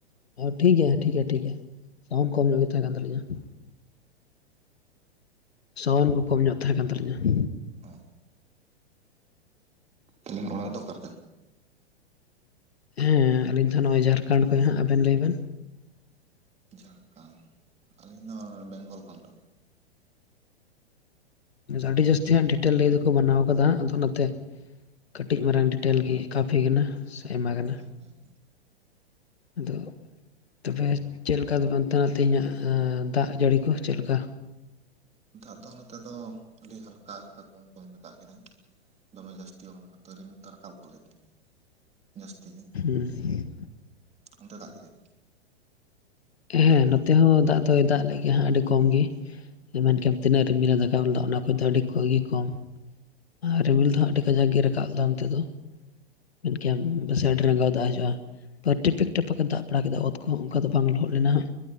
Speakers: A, on the left (about 75°); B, on the right (about 20°).
A: <unintelligible> ᱴᱷᱤᱠ ᱜᱮᱭᱟ ᱴᱷᱤᱠ ᱜᱮᱭᱟ ᱴᱷᱤᱠ ᱜᱮᱭᱟ ᱥᱟᱣᱩᱱᱰ ᱠᱚᱢ ᱧᱚᱜ ᱜᱮ ᱛᱟᱦᱮᱸ ᱠᱟᱱ ᱛᱟᱞᱤᱧᱟ ᱾ ᱥᱟᱣᱩᱱᱰ ᱠᱚᱢ ᱧᱚᱜ ᱛᱟᱦᱮᱸ ᱠᱟᱱ ᱛᱟᱞᱤᱧᱟ ᱾
B: ᱚ ᱟᱵᱮᱱ ᱚᱲᱟᱜ ᱫᱚ ᱚᱠᱟᱨᱮ
A: ᱦᱮᱸ ᱟᱞᱤᱧ ᱫᱚ ᱱᱚᱜᱼᱚᱭ ᱡᱷᱟᱲᱠᱷᱚᱸᱰ ᱨᱮ ᱦᱟᱸᱜ ᱟᱵᱮᱱ ᱞᱟᱹᱭ ᱵᱮᱱ?
B: ᱡᱷᱟᱲᱠᱷᱟᱸᱰ ᱟᱞᱤᱧ ᱫᱚ ᱵᱮᱝᱜᱚᱞ ᱠᱷᱚᱱ ᱾
A: ᱟᱹᱰᱤ ᱡᱟᱹᱥᱛᱤ ᱦᱟᱸᱜ ᱰᱤᱴᱮᱞ ᱞᱟᱹᱭ ᱫᱚᱠᱚ ᱢᱟᱱᱟᱣ ᱠᱟᱫᱟ ᱟᱫᱚ ᱚᱱᱟᱱᱛᱮ ᱠᱟᱹᱴᱤᱡ ᱢᱟᱨᱟᱝ ᱰᱤᱴᱮᱞ ᱜᱮ ᱠᱟᱯᱷᱤ ᱠᱟᱱᱟ ᱥᱮ ᱮᱢ ᱠᱟᱱᱟ ᱾
B: ᱦᱮᱸ ᱦᱮᱸ
A: ᱟᱫᱚ ᱛᱚᱵᱮ ᱪᱮᱫ ᱞᱮᱠᱟ <unintelligible> ᱛᱮᱦᱮᱧᱟᱜ ᱫᱟᱜ ᱡᱟᱹᱲᱤ ᱠᱚ ᱪᱮᱫᱞᱮᱠᱟ?
B: ᱫᱟᱜ ᱫᱚ ᱱᱚᱛᱮ ᱫᱚ ᱟᱹᱰᱤ ᱦᱟᱞᱠᱟ ᱦᱟᱞᱠᱟ ᱠᱚᱢ ᱠᱚᱢ ᱜᱮ ᱫᱟᱜ ᱠᱮᱫᱟᱭ ᱾ ᱫᱚᱢᱮ ᱡᱟᱥᱛᱤ ᱦᱚᱸ ᱵᱟᱝ ᱛᱚ ᱨᱤᱢᱤᱞ ᱫᱚᱭ ᱨᱟᱠᱟᱵ ᱜᱚᱫ ᱞᱮᱫᱟᱭ ᱡᱟᱹᱥᱛᱤ ᱜᱮ ᱾
A: ᱦᱩᱸ
B: ᱚᱱᱛᱮ ᱫᱟᱜ ᱠᱮᱫᱟᱭ?
A: ᱦᱮᱸ ᱱᱚᱛᱮ ᱦᱚᱸ ᱫᱟᱜ ᱫᱚᱭ ᱫᱟᱜ ᱞᱮᱜ ᱜᱮᱭᱟ ᱦᱟᱸ ᱟᱹᱰᱤ ᱠᱚᱢ ᱜᱮ ᱾ ᱢᱮᱱᱠᱮᱭᱟᱢ ᱛᱤᱱᱟᱹᱜ ᱨᱤᱢᱤᱞᱮ ᱨᱟᱠᱟᱵ ᱞᱮᱫᱟ ᱚᱱᱟ ᱠᱷᱚᱡ ᱫᱚ ᱟᱹᱰᱤ ᱟᱹᱜᱤ ᱠᱚᱢ, ᱟᱨ ᱨᱤᱢᱤᱞ ᱫᱚ ᱦᱟᱸᱜ ᱟᱹᱰᱤ ᱠᱟᱡᱟᱠ ᱜᱮ ᱨᱟᱠᱟᱵ ᱞᱮᱫᱟ ᱚᱱᱛᱮ ᱫᱚ᱾ ᱢᱮᱱᱠᱮᱭᱟᱢ ᱯᱟᱪᱷᱮ ᱟᱰᱤ ᱨᱟᱜᱟᱸᱣ ᱫᱟᱜ ᱦᱤᱡᱩᱜᱼᱟ᱾ ᱴᱤᱯᱤᱠ ᱴᱟᱯᱟᱠ ᱮ ᱫᱟᱜ ᱵᱟᱲᱟ ᱠᱮᱫᱟ ᱚᱛ ᱠᱚᱦᱚᱸ ᱚᱱᱠᱟ ᱫᱚ ᱵᱟᱝ ᱞᱚᱦᱚᱫ ᱞᱮᱱᱟ ᱦᱟᱸᱜ